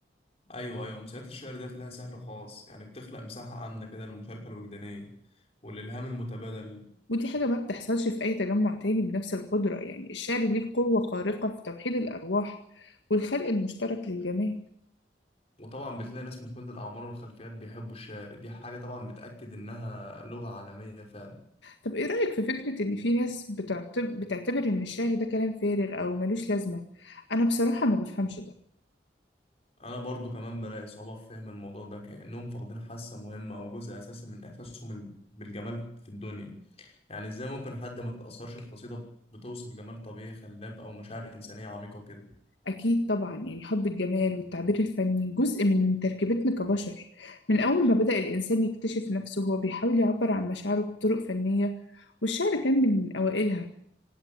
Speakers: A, on the left; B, on the left.
A: أيوة أيوة أمسيات الشعر ديت لها سحر خاص يعني بتخلق مساحة آمنة كده للمشاركة الوجدانية والإلهام المتبادل
B: ودي حاجة ما بتحصلش في اي تجمع تاني بنفس القدرة يعني الشعر ليه قوة خارقة في توحيد الارواح والخلق المشترك للجمال
A: وطبعا بتلاقي ناس من كل الأعمار والخلفيات بيحبوا الشعر دي حاجة طبعا بتأكد إنها لغة عالمية فعلا
B: طب ايه رأيك في فكرة ان في ناس بتعتب... بتعتبر ان الشعر ده كلام فارغ او ملوش لازمة انا بصراحة ما بفهمش ده
A: انا برضو كمان بلاقي صعوبة في فهم الموضوع ده كأنهم فاقدين حاسة مهمة او جزء اساسي من احساسهم ال- بالجمال في الدنيا يعني ازاي ممكن حد ما تأثرش بقصيدة بتوصف جمال طبيعي خلاب او مشاعر انسانية عميقة كده
B: اكيد طبعا يعني حب الجمال والتعبير الفني جزء من تركيبتنا كبشر من اول ما بدأ الانسان يكتشف نفسه وهو بيحاول يعبر عن مشاعره بطرق فنية والشعر كان من اوائلها